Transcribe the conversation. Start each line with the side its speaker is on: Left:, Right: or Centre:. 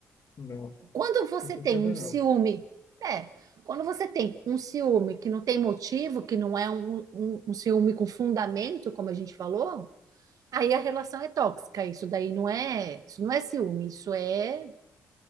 Left: Não,
Right: quando você
Left: com certeza
Right: tem um
Left: não.
Right: ciúme, é, quando você tem um ciúme que não tem motivo, que não é um, um- um ciúme com fundamento, como a gente falou, aí a relação é tóxica. Isso daí não é, isso não é ciúme, isso é,